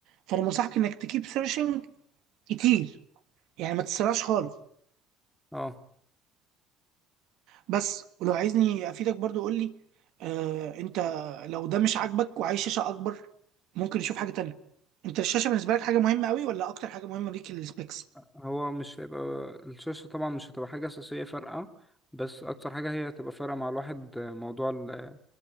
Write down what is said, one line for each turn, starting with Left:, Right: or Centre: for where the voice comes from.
Right: فأنا بنصحك إنك تكيب سيرشنج كتير يعني ما تسرعش خالص
Centre: اه
Right: بس ولو عايزني أفيدك برضو قول لي آه أنت لو ده مش عاجبك وعايز شاشة أكبر ممكن نشوف حاجة تانية أنت الشاشة بالنسبة لك حاجة مهمة أوي ولا أكتر حاجة مهمة ليك السبيكس؟
Centre: هو مش هيبقى الشاشة طبعا مش هتبقى حاجة أساسية فارقة بس أكتر حاجة هي هتبقى فارقة مع الواحد موضوع ال